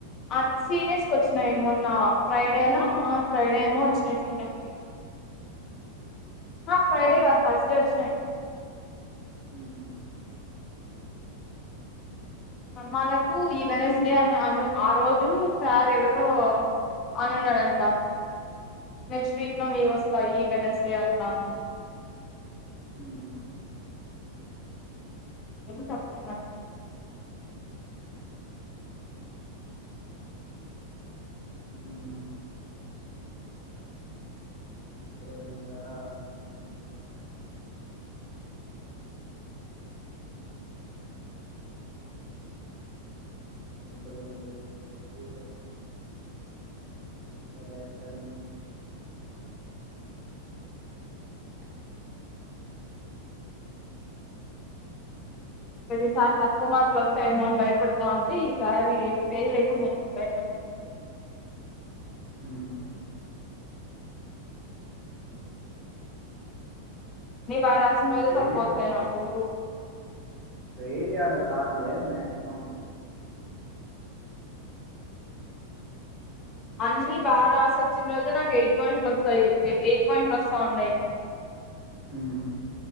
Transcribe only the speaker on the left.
ఆ సీనియర్స్ కి వచ్చినాయి మొన్న ఫ్రైడేనో ఫ్రైడే ఏమో వచ్చినాయి సీనియర్స్ కి హా
ఫ్రైడే కాదు తర్స్‌డే వచ్చినాయి
మనకు ఈవెన్స్డే అని అను ఆరోజు సార్ ఎవరో ఆడున్నాడంట. నెక్స్ట్ వీక్ లో నేను వస్తా, ఈ వెడ్నెస్డే అంటాండు.
ఎవలు తప్పేంగాదు.
ప్రతిసారి తక్కువ మార్క్స్ వస్తాయేమోని భయపడతా ఉంటే. ఈసారి ఫెయిల్యడా భయప. <inaudible>
నేను బాగా రాసిన రోజే
తక్కువ వస్తాయి నాకు.
అన్ని బాగా రాసి వచ్చిన రోజు నాకు ఎయిట్ పాయింట్లు వస్తాయి ఎయిట్ పాయింట్లు వస్తా ఉన్నాయి. <inaudible>